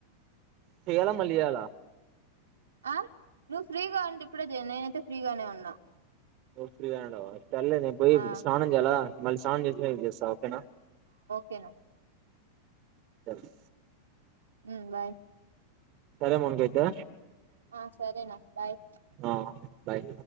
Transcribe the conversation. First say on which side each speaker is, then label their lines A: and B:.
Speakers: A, on the right; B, on the right.
A: చేయాల మళ్ళ చేయాల
B: ఆ నువ్వు ఫ్రీగా ఉంటే ఇప్పుడ ఏ చెయ్ నేనైతే ఫ్రీగానే ఉన్నా
A: నువ్వు ఫ్రీగా ఉండవ సర్లే నేను పోయి
B: ఆ
A: స్నానం చేయాలా మళ్ళీ స్నానం చేసిన చేస్తా ఓకేనా
B: కెన్
A: సరే
B: ఉమ్ బాయ్
A: సరే మౌనిక అయితే
B: ఆ సరేనా బాయ్
A: ఆ బాయ్